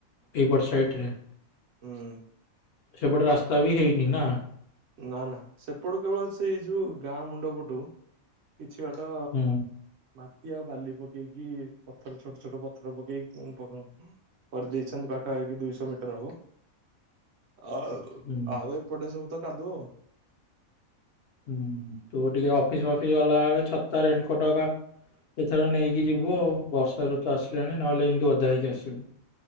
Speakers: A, on the left; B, on the right.
A: ଏଇ ପଟ୍ ସାଇଟ ରେ?
B: ହୁଁ।
A: ସେପଟେ ରାସ୍ତା ବି ହେଇନି ନା?
B: ନା ନା ସେପଟୁ କେବଳ ସେଇ ଯୋଉ ଗାଁ ମୁଣ୍ଡ ପଟୁ କିଛି ବାଟ
A: ହୁଁ
B: ତ ଆଉ ବାଲି ପକେଇକି ପଥର ଛୋଟ ଛୋଟ ପଥର ପକେଇକି ପଉ କରି ଦେଇେଇଛନ୍ତି, ପାଖାପାଖିଖି ଦୁଇଶହ ମିଟର ହବ। ଆ
A: ହୁଁ
B: ଆଉ ଏପଟେ ସବୁ ତ କାଦୁଅ।
A: ହୁଁ, ତୁ ଟିକେ ଅଫିସ ଫଫିସ୍ ଗଲା ବେଳେ ଛତା ରେନକୋଟ ହେକା ଏଥର ନେଇକି ଯିବୁ ଆଉ, ବର୍ଷ ଋତୁ ଆସିଲାଣି ନହେଲେ ଏମିତି ଉଦା ହେଇକି ଆସିବୁ।